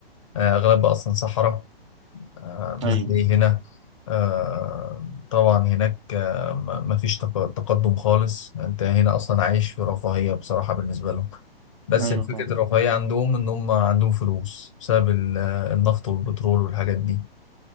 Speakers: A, on the left; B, on the right.
A: آه، أغلبها أصلا صحراء آه،
B: ايوه
A: مش زي هنا آه، طبعا هناك آه، ما ما فيش تق- تقدم خالص أنت هنا أصلا عايش في رفاهية بصراحة بالنسبة لهم بس
B: ايوه
A: الفكرة
B: طبعا
A: الرفاهية عندهم إن هم عندهم فلوس بسبب ال- النفط والبترول والحاجات دي